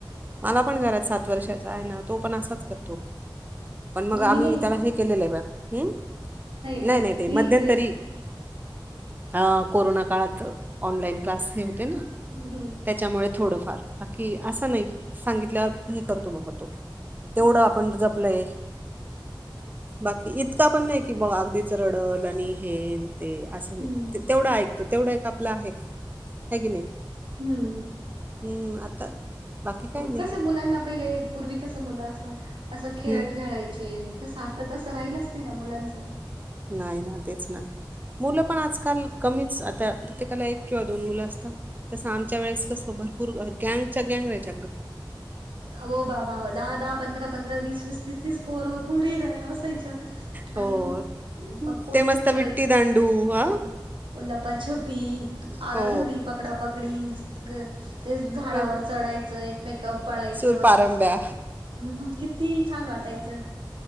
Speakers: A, on the right; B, on the right.
A: मला पण घरात सात वर्षाचा आहे ना तो पण असाच करतो पण मग
B: मी
A: आम्ही
B: नाही
A: त्याला हे केलेलं आहे बा.. हम्
B: म
A: नाही नाही ते
B: मी
A: मध्यंतरी.
B: मी
A: हा कोरोना काळात ऑनलाइन क्लास हे होते ना
B: हम्म, हम्म
A: त्याच्यामुळे थोडंफार बाकी असं नाही सांगितल्यावर हे करतो बाबा तो.. तेवढं
B: हम्म
A: आपण जपलंय बाकी इतका पण नाही कि मग अगदीच रडल आणि हेन ते.. असुदे
B: हम्म
A: ते तेवढा ऐकतो तेवढा एक आपला आहे हे की नाही.
B: हम्म.
A: हम्म आता. बाकी काय नाही
B: कस मुलांना पहिले पूर्वी कस मुलं अस असं खेळ
A: हम्म
B: खेळायचे त तर तसं राहिलंच नाही ना मुलांच.
A: नाही ना तेच ना. मुलं पण आजकाल कमीच आता प्रत्येकाला एक किंवा दोन मुलं असतात. तसं आमच्या वेळेस कसं भरपूर गँगच्या गँग रहायची
B: हो बाबा दहा, दहा पंधरा, पंधरा, वीस, वीस तीस, तीस पोर, पोरी र अस
A: हो.
B: आर ये पकोडी
A: ते मस्त
B: ग
A: विट्टी दांडू हा
B: दु <unintelligible> उलपा छपी, आराधरी,
A: हो.
B: पकडा पकडी, सग ते झाडावर
A: ह
B: चढायचं एकमेकावर पळायचं
A: सूर पारंब्या
B: मग कि ती छान वाटायचं.